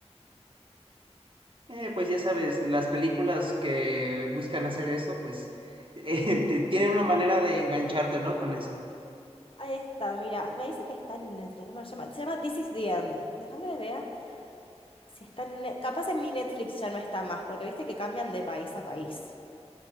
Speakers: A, on the right (about 50°); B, on the left (about 50°).
A: Eh, pues ya sabes, las películas que buscan hacer eso, pues <laughs> eh, te- tienen una manera de engancharte, ¿no? Con eso.
B: Ahí está, mira, me dice que está en Netflix, ¿cómo se llama? Se llama This is the End. Déjame ver si está en Net- Capaz en mi Netflix ya no está más, porque viste que cambian de país a país.